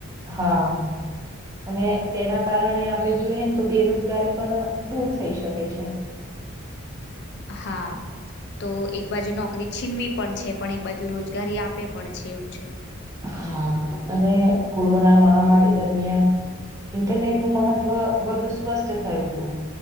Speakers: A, on the right (about 15°); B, on the left (about 55°).
A: હા અને તેના કારણે આપણે જોઈએને તો બેરોજગારી પણ દૂર થઈ શકે છે
B: હા તો એક બાજુ નોકરી છીનવી પણ છે પણ એક બાજુ રોજગારી આપે પણ એવું છે
A: હા અને કોરોના મહામારી દરમિયાન ઇન્ટરનેટ નું મહત્વ વધુ સ્પષ્ટ થયું હતું